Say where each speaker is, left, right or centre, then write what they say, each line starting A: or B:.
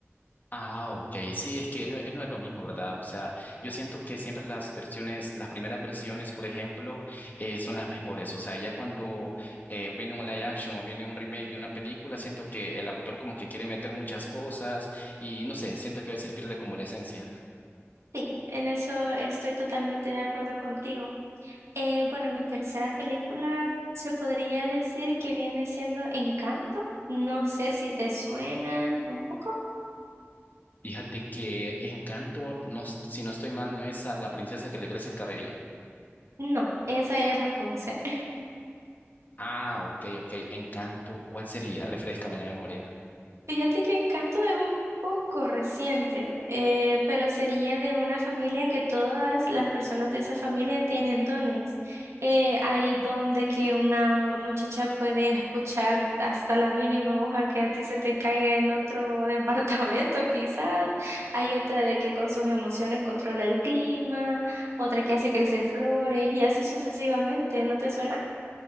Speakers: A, on the left; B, on the right.
A: Ah, ok, sí, es que no, no es lo mismo, ¿verdad? O sea, yo siento que siempre las versiones, las primeras versiones, por ejemplo, eh, son las mejores. O sea, ya cuando eh, viene un live action o viene un remake de una película, siento que el autor como que quiere meter muchas cosas y no sé, siento que a veces pierde como la esencia.
B: Sí, en eso estoy totalmente de acuerdo contigo. Eh, bueno, mi tercera película se podría decir que viene siendo Encanto, no sé si te suena un poco.
A: Fíjate que Encanto, no, s- si no estoy mal, no es a la princesa que le crece el cabello.
B: No, esa es Rapunzel.
A: Ah, ok, ok, Encanto, ¿cuál sería? Refréscame la memoria.
B: Fíjate que Encanto es un poco reciente, eh, pero sería de una familia que todas las personas de esa familia tienen dones. Eh, hay don de que una muchacha puede escuchar hasta la mínima hoja que a ti se te caiga en otro <laughs> departamento, quizás. Hay otra de que con sus emociones controla el clima, otra que hace crecer flores y así sucesivamente. ¿No te suena?